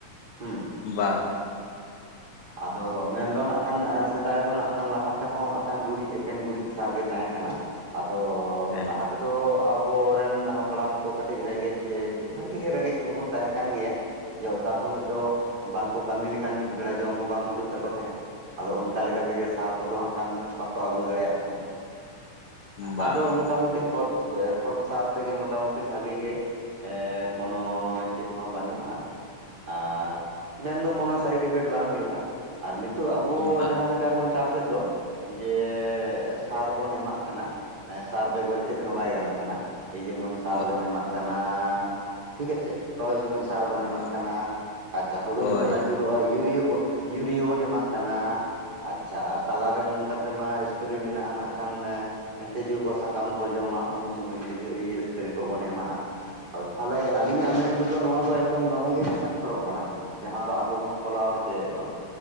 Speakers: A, on the right; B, on the left.
A: ᱦᱩᱸ
B: ᱵᱟᱝ
A: ᱟᱫᱚ ᱢᱮᱱᱫᱚ ᱱᱟᱜ ᱠᱷᱟᱱ ᱥᱮᱫᱟᱭ ᱫᱚ ᱱᱟᱜ ᱠᱷᱟᱱ ᱞᱟᱦᱟ ᱛᱮᱦᱚᱸ ᱦᱟᱸᱜ ᱠᱷᱟᱱ ᱜᱩᱨᱤᱡ ᱮᱠᱮᱱ ᱜᱩᱨᱤᱡ ᱥᱟᱨ ᱜᱮ ᱛᱟᱦᱮᱸ ᱠᱟᱱᱟ᱾ ᱟᱫᱚ
B: ᱦᱮᱸ
A: ᱞᱟᱦᱟᱼᱼ ᱛᱮᱫᱚ ᱟᱵᱚᱨᱮᱱ ᱦᱟᱯᱲᱟᱢ ᱠᱚ ᱠᱟᱹᱴᱤᱡ ᱨᱮᱸᱜᱮᱡ ᱵᱷᱟᱜᱤ ᱜᱮ ᱨᱮᱸᱜᱮᱡ ᱠᱚᱵᱚᱱ ᱛᱟᱦᱮᱸ ᱠᱟᱱ ᱜᱮᱭᱟ᱾ ᱡᱮ ᱚᱠᱟ ᱥᱚᱢᱚᱭ ᱫᱚ ᱵᱟᱝ ᱠᱚ ᱠᱟᱹᱢᱤ ᱞᱮᱠᱷᱟᱱ ᱢᱤᱫ ᱵᱮᱲᱟ ᱡᱚᱢ ᱦᱚᱸ ᱵᱟᱝ ᱠᱩᱲᱟᱹᱜ ᱛᱟᱠᱚ ᱛᱟᱦᱮᱸᱫ᱾ ᱟᱫᱚ ᱚᱱᱠᱟ ᱛᱮᱜᱮ ᱥᱟᱨ ᱠᱚᱫᱚ ᱦᱟᱸᱜ ᱠᱷᱟᱱ ᱵᱟᱠᱚ ᱟᱹᱜᱩ ᱫᱟᱲᱮᱭᱟᱜ ᱛᱟᱦᱮᱸᱫᱼᱼ
B: ᱵᱟᱝ
A: ᱟᱫᱚ ᱢᱚᱴᱟ ᱢᱩᱴᱤ ᱠᱷᱚᱛ ᱠᱷᱚᱛ ᱥᱟᱨ ᱛᱮᱜᱮ ᱢᱚᱴᱟᱢᱩᱴᱤ ᱵᱷᱟᱜᱤ ᱜᱮᱼᱼ ᱮᱸᱻ ᱠᱳᱱᱳ ᱪᱮᱫ ᱦᱚᱸ ᱵᱟᱹᱱᱩᱜᱼᱟ ᱟᱨ ᱢᱮᱱᱫᱚ ᱠᱳᱱᱳ ᱥᱟᱭᱤᱰᱮᱯᱷᱼᱼ ᱵᱟᱝ ᱦᱩᱭᱩᱜᱼᱟ ᱟᱨ ᱱᱤᱛᱚᱜ ᱟᱵᱚ
B: ᱵᱟᱝ
A: ᱡᱟᱦᱟᱸ ᱞᱮᱠᱟ ᱵᱚᱱ ᱪᱟᱥᱮᱫ ᱫᱚ᱾ ᱡᱮ ᱥᱟᱨ ᱵᱚᱱ ᱮᱢᱟᱜ ᱠᱟᱱᱟ ᱥᱟᱨ ᱵᱮᱜᱚᱨ ᱪᱮᱫ ᱦᱚᱸ ᱵᱟᱭ ᱜᱟᱱᱚᱜ ᱠᱟᱱᱟ᱾ ᱮ ᱡᱮᱢᱚᱱ ᱥᱟᱨ
B: ᱦᱳᱭ
A: ᱵᱚᱱ ᱮᱢᱟᱜ ᱠᱟᱱᱟ᱾ ᱴᱷᱤᱠ ᱟᱪᱷᱮ ᱨᱚᱦᱚᱭ ᱥᱩᱢᱚᱭ ᱥᱟᱨ ᱵᱚᱱ
B: ᱦᱮᱸ
A: ᱮᱢᱟᱜ ᱠᱟᱱᱟ ᱟᱪᱪᱷᱟ ᱦᱩᱲᱩ
B: ᱦᱳᱭ
A: ᱡᱚᱠᱷᱚᱱ ᱟᱹᱪᱩᱨᱚᱜᱼᱟ ᱭᱩᱼᱼ ᱤᱭᱟᱹ ᱵᱚ ᱤᱭᱩᱨᱤᱭᱟᱹ ᱵᱚᱱ ᱮᱢᱟᱜ ᱠᱟᱱᱟ᱾ ᱟᱪᱪᱷᱟ ᱟᱨ ᱛᱟᱞᱟᱨᱮ ᱱᱚᱝᱠᱟ ᱛᱮᱢᱟ ᱮᱯᱨᱮ ᱢᱮᱱᱟᱜᱼᱟ ᱱᱟᱜ ᱠᱷᱟᱱᱼᱼ ᱛᱮᱡᱳ ᱠᱚ ᱥᱟᱠᱟᱢ ᱠᱚ ᱡᱚᱢᱟ ᱩᱱ ᱥᱚᱢᱚᱭ ᱛᱮᱡᱳ ᱤᱭᱟᱹ ᱥᱯᱨᱮ ᱠᱚᱵᱚᱱ ᱮᱢᱟᱜᱼᱟ᱾ ᱟᱫᱚ ᱛᱟᱦᱚᱞᱮ ᱟᱹᱞᱤᱧᱟᱜ ᱢᱮᱱ ᱛᱮᱫᱚ ᱱᱚᱣᱟ ᱫᱚ ᱮᱠᱫᱚᱢ ᱫᱚᱢᱮ ᱜᱮ ᱵᱤᱥᱟᱜᱼᱼ ᱯᱷᱳᱞᱳᱜ ᱠᱟᱱᱟ ᱡᱟᱦᱟᱸ ᱫᱚ ᱟᱵᱚ ᱵᱚᱱ ᱠᱚᱞᱟᱣ ᱦᱚᱪᱚᱭᱮᱫ ᱫᱚ